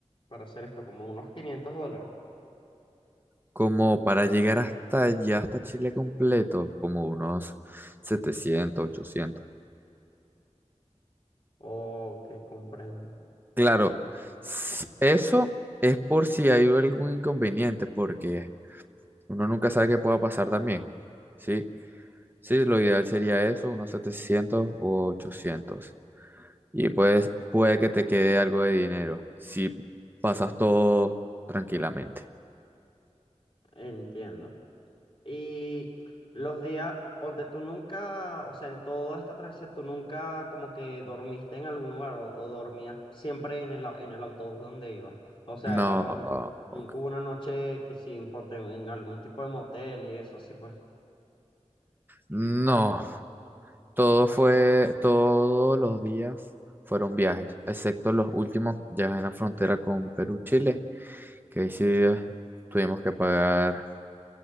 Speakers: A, on the left; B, on the right.
A: para hacer esto? ¿Como unos quinientos dólares?
B: Como para llegar hasta allá, hasta Chile completo, como unos setecientos ochocientos.
A: Ok, comprendo.
B: Claro, s- eso es por si hay algún inconveniente, porque Uno nunca sabe qué pueda pasar también. Sí, sí, lo ideal sería eso, unos setecientos o ochocientos Y pues puede que te quede algo de dinero si pasas todo tranquilamente.
A: Entiendo. Y los días, ponte, tú nunca, o sea, en toda esta travesía, tú nunca como que dormiste en algún lugar o, o dormías siempre en el, au- en el autobús donde ibas. O sea,
B: No,
A: era no,
B: ah,
A: nunca
B: ok.
A: hubo una noche que sin, ponte, en algún tipo de motel y eso, sí, pues,
B: No, todo fue, todos los días fueron viajes, excepto los últimos, ya en la frontera con Perú-Chile. que ahí sí eh, tuvimos que pagar